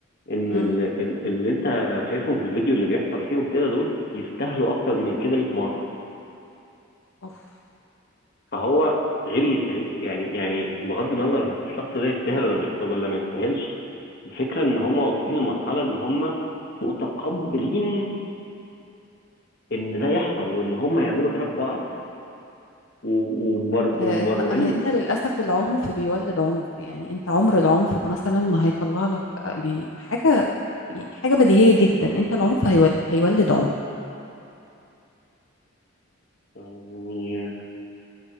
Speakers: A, on the left; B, on the left.
A: ان
B: مم.
A: ال- ال- اللي انت شايفهم في الفيديو اللي بيحصل فيهم كده دول يستاهلوا اكتر من كده 100 مرة
B: أوف.
A: فهو غير غير- يعني يعني بغض النظر الشخص ده يستاهل
B: مم.
A: ولا مش- ولا ما يستاهلش الفكرة ان هم واصلين لمرحلة ان هم متقبلين ان ده يحصل وان هم يعملوا كده في بعض و- وبر-
B: آه،
A: ومبررينه
B: ما- آه، انت للأسف العنف بيولد عنف يعني انت عمر العنف مثلا ما هيطلع لك آه، يعني حاجة يعني حاجة بديهية جدا انت العنف هيولد هيولد عنف
A: يعني